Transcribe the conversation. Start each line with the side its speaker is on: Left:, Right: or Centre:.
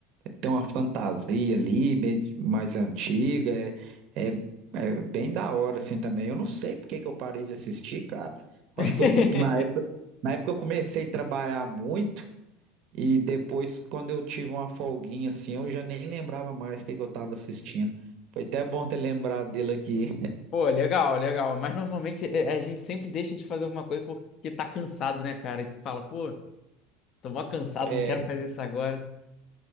Right: tem uma fantasia ali, meio de- mais antiga, é, é, é bem da hora, assim, também. Eu não sei por que que eu parei de assistir, cara. Eu
Left: <laughs>
Right: acho que eu- na, na época eu comecei a trabalhar muito e depois, quando eu tive uma folguinha, assim, eu já nem lembrava mais o que que eu tava assistindo. Foi até bom ter lembrado dele aqui.
Left: Pô, legal, legal. Mas normalmente é, a gente sempre deixa de fazer alguma coisa porque tá cansado, né, cara? E tu fala, pô. Tô mó cansado,
Right: É,
Left: não quero fazer isso agora.